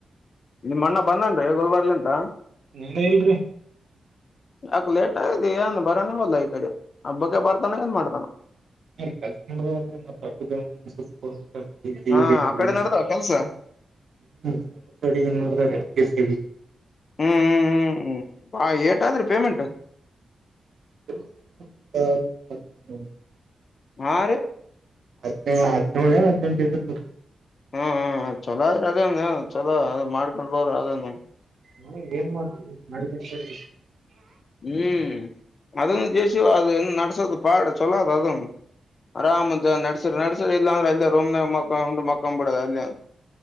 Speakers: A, on the left; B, on the right.
A: ನಿಮ್ ಅಣ್ಣ ಬಂದನ್ರಿ ಗೊಲ್ಬರ್ಲಿಂತ
B: ನೀನ್ ಇಲ್ರಿ
A: ಯಾಕ ಲೇಟ್ ಆಗಿದೆ ಅಏನ್ ಬರಾನೇವಲ್ಲ ಈ ಕಡೆ ಹಬ್ಬಕ್ಕೆ ಬರ್ತಾನ ಎನ್ ಮಾಡ್ತಾನ
B: ಕೆಲಸ ಮಾಡೋಂದ್ರೆತ್ತ ತಪ್ಪು ಸ್ದಿ ಕೊಡ <inaudible>
A: ಹಾ ಆ ಕಡೆ ನಡ್ದಾವ ಕೆಲ್ಸ
B: ಹ್ಮಡಿಸ
A: ಹ್ಮ್ ಹ್ಮ್ ಹ್ಮ್ ಹ್ಮ್ ಬಾ ಏಟಾದ್ರರು ಪೇಮೆಂಟ್
B: ಹ
A: ಆರು
B: ಹದ್ಳ ಹದ್ನೇಳೆ ಹದ್ಟ ಇದದುರ ಬು
A: ಹ್ಮ್ ಹ್ಮ್ ಚಲೋದ್ರೆ ಅದೇನು ಚಲೋ ಅದು ಮಾಡ್ಕೊಂಡ್ ಹೋದ್ರ ಅದೇನು
B: ಮ ಏನ್ ಮಾಡ್ತೀವಿ ನಡಿಕೆ ಸರು
A: ಹ್ಮ್ ಅದು ಜೇಷಿವ ಅ ನಸೋದು ಪಾಡ ಚಲ್ಲ ಅದ ಆರಾಮ್ಂತ ನಡ್ಸಿರ್ ನಡ್ಸರ್ ಇಲ್ಲ ಅಂದ್ರ ಅಲ್ಲೇ ರೋಮ್ ಮ ಉಂಡ್ ಮಕ್ಕಕೊಂಡ್ ಬಿಡದ ಅಲ್ಲಿಂದ